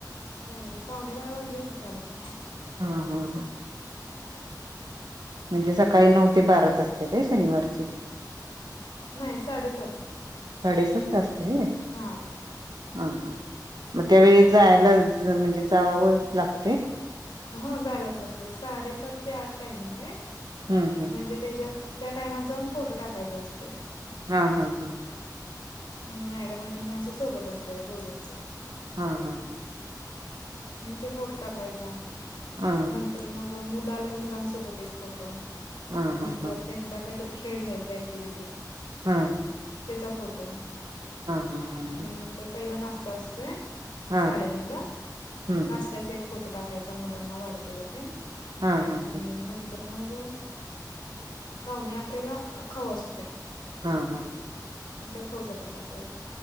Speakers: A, on the left; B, on the right.
A: साडे पावणे बारा वाजली होती ख्यायला त्या
B: हा हा हा म्हणजे सकाळी नऊ ते बाराच असते काय शनिवारची
A: नाही साडेसात
B: साडेसात असते
A: हा
B: ह हां मग त्यावेळी जायला म्हणजे जावं लागते
A: हा जायलाच लागते साडेसात ते आठ टायमिंग आहे
B: हम्म हम्म.
A: म्हणजे त्याच्यात त्या टायमात जाऊन फोटो टाकायचा असतो
B: हा हा हा
A: मॅडम आणि मी असं सोबत असलेला दोघींचा
B: हा हा हां
A: म ते फोटो टाकायचा
B: हा
A: नंतर मग मुलं आल्यावर मुलांसोबत एक फोटो नंतर
B: हा हा.
A: त्यांचा काहीतरी खेळ घ्यायचा ऍक्टिव्हटी
B: हा
A: त्याचा फोटो
B: हा हा.
A: मग नंतर पहिला नाश्ता असतोय
B: हा
A: साडे नऊ ला
B: हम्म हम्म.
A: नाशत्याचा एक फोटो टाकायचा मुलांना वाढते लातील
B: हा हा
A: आणि
B: हा.
A: नर तर मग पावणे अकरेला खव असतोय
B: हा हा
A: मग त्या खवचा पण टाकायचा